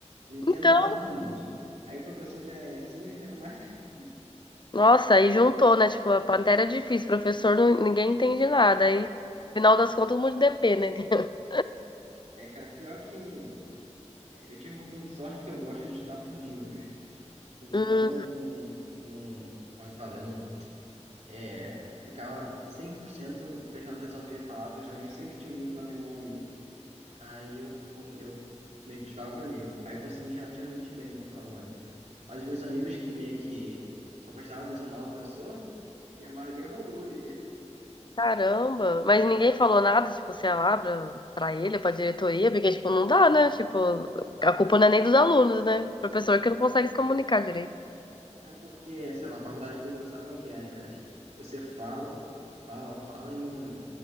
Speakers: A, on the right; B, on the left.
A: Não entendo
B: Então,
A: nada normalmente. Aí o professor já é assim, eu entendo mais. <laughs>
B: nossa, aí juntou, né? Tipo, a matéria é difícil, professor, não- ninguém entende nada. Aí, final das contas, um monte de DP, né? <laughs>
A: É, cara, pior que é, eu tive um pouquinho de sorte porque eu gosto de estudar por livros. Então
B: Hum,
A: eu não, não, como eu falei, eu não, é, ficava 100% prestando atenção no que ele falava. Eu, geralmente sempre tinha um livro na minha mão ali. Aí eu, eu meio que estudava por ali. Aí eu consegui relativamente bem na prova, né? Mas meus amigos que meio que só prestavam atenção na aula do professor, que a maioria rodou ali.
B: caramba. Mas ninguém falou nada, tipo, sei lá, pra, pra ele, pra diretoria, porque, tipo, não dá, né? Tipo, a culpa não é nem dos alunos, né? Professor que não consegue se comunicar direito.
A: Não, é porque, sei lá, faculdade pública sabe como que é, né, cara? Você fala, fala, fala e não.